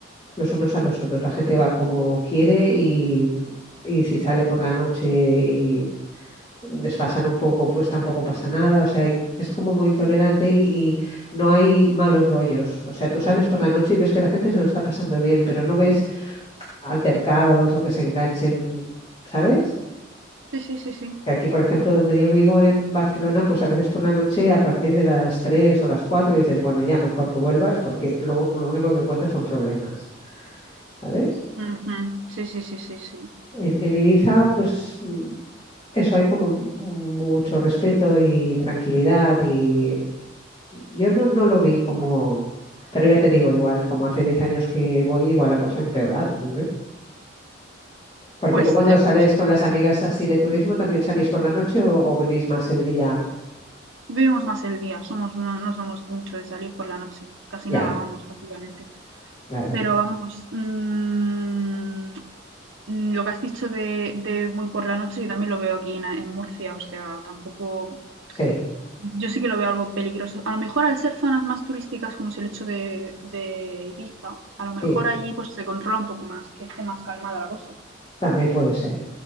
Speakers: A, on the left; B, on the right.
A: los unos a los otros. La gente va como quiere y, y si sale por la noche y desfasan un poco, pues tampoco pasa nada. O sea, hay- es como muy tolerante y, y no hay malos rollos. O sea, tú sales por la noche y ves que la gente se lo está pasando bien, pero no ves altercados o que se enganchen, ¿sabes?
B: Sí, sí, sí, sí.
A: Aquí, por ejemplo, donde yo vivo en Barcelona, pues a veces por la noche, a partir de las 3 o las 4 dices, bueno, ya mejor que vuelvas porque lo, lo único que encuentras son problemas, ¿sabes?
B: Ujú, Sí, sí, sí, sí, sí.
A: En, en Ibiza, pues mm, eso hay como mucho respeto y tranquilidad y yo no, no lo vi como, pero ya te digo, igual, como hace 10 años que voy, igual la cosa ha empeorado, ¿no? Porque
B: Pues,
A: tú cuando
B: eh,
A: sales
B: pues
A: con las amigas así de turismo, ¿también salís por la noche o, o vivís más el día?
B: vivimos más el día, somos, no, no somos mucho de salir por la noche, casi
A: Ya,
B: nada, vamos, prácticamente.
A: claro.
B: Pero vamos, mm, Mm, Lo que has dicho de, de muy por la noche, yo también lo veo aquí en, en Murcia, o sea, tampoco,
A: Sí,
B: yo sí que lo veo algo peligroso. A lo mejor al ser zonas más turísticas, como es el hecho de, de Ibiza, a lo mejor
A: sí,
B: allí pues se controla un poco más, que esté más calmada la cosa.
A: también puede ser.